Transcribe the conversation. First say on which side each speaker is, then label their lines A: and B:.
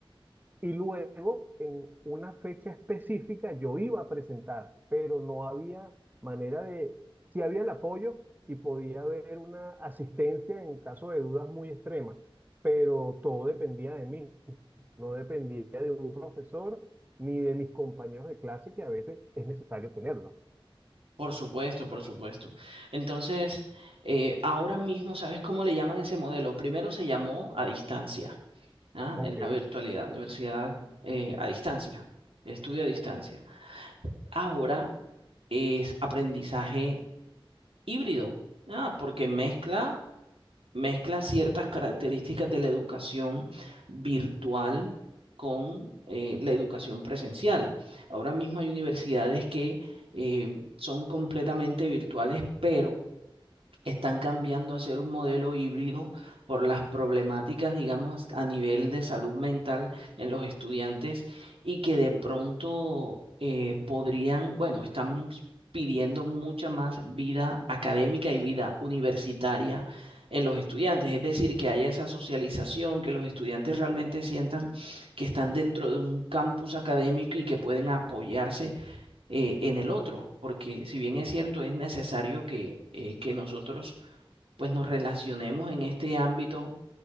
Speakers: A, on the right; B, on the right.
A: y luego en una fecha específica yo iba a presentar, pero no había manera de, sí había el apoyo y podía haber una asistencia en caso de dudas muy extremas, pero todo dependía de mí, no dependía de un profesor ni de mis compañeros de clase, que a veces es necesario tenerlo.
B: por supuesto, por supuesto. Entonces, eh, ahora mismo, ¿sabes cómo le llaman ese modelo? Primero se llamó a distancia, ¿ah?
A: Ok,
B: En la virtualidad, universidad eh, a distancia, estudio a distancia. Ahora es aprendizaje híbrido, ah, porque mezcla mezcla ciertas características de la educación virtual con eh, la educación presencial. Ahora mismo hay universidades que eh, son completamente virtuales, pero están cambiando a ser un modelo híbrido por las problemáticas, digamos, a nivel de salud mental en los estudiantes y que de pronto eh, podrían, bueno, están pidiendo mucha más vida académica y vida universitaria en los estudiantes, es decir, que haya esa socialización, que los estudiantes realmente sientan que están dentro de un campus académico y que pueden apoyarse eh, en el otro, porque si bien es cierto, es necesario que, eh, que nosotros pues nos relacionemos en este ámbito